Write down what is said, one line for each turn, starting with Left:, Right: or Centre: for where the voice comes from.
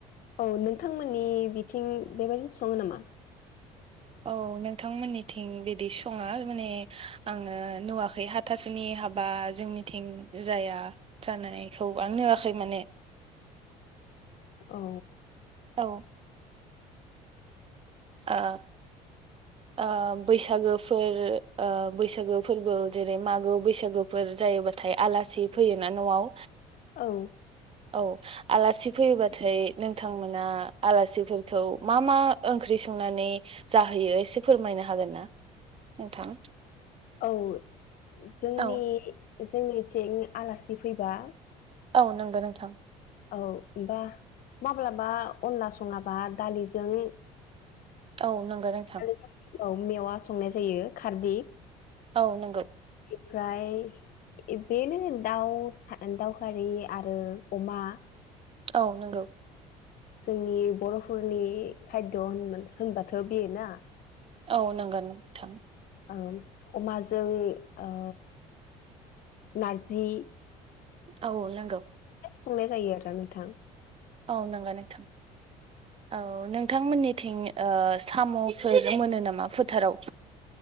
Left: औ नोंथांमोननि बिथिं बेबायदिनो सङो नामा?
Right: औ नोंथांमोननिथिं बिदि सङा माने आङो नुवाखै हाथासुनि हाबा जोंनिथिं जाया जानायखौ आं नुवाखै माने
Left: <inaudible> औ
Right: औ औ ओ बैसागोफोर ओ बैसागो फोरबो जेरै मागो बैसागोफोर जायोबाथाय आलासि फैयोना न'आव
Left: औ
Right: औ आलासि फैयोबाथाय नोंथांमोना आलासिफोरखौ मा मा ओंख्रि संनानै जाहैयो एसे फोरमायनो हागोन ना नोंथां?
Left: औ जोंनि
Right: औ
Left: जोंनिथिं आलासि फैबा
Right: औ नंगौ नोंथां।
Left: औ होमबा माब्लाबा अनला सङाबा दालिजों
Right: औ नंगौ नोंथां।
Left: दालिजों औ मेवा संनाय जायो खारदिख
Right: औ नंगौ
Left: फ्राय बेनो दाउस दाउ खारि आरो अमा
Right: औ नंगौ।
Left: जोंनि बर'फोरनि खायद होन होनबाथ' बेयो ना
Right: औ नंगौ नो थां
Left: औ अमाजों औ नार्जि
Right: औ नंगौ
Left: संनाय जायो आरो नोंथां।
Right: औ नंगौ नोंथां औ नोंथां मोननिथिं ओ साम'फोरजों मोनो नामा फोथाराव